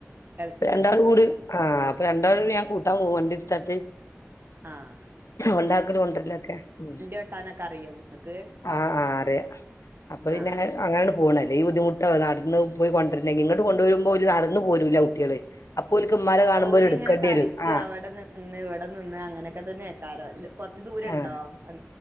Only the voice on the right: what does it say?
എളച്ചിന്റെ
കുട്ടിയോ
ആഹ
ഓട്ടാനൊക്കെ അറിയോ ഇങ്ങക്ക്
ആഹ്
ഒരിങ്ങനെ
കളിച്ച്
അവിടെ നിന്ന് ഇവിടെ നിന്ന് അങ്ങനെയൊക്കെ തന്നെ കേക്കറോ കൊറച്ച് ദൂരണ്ടോ
അ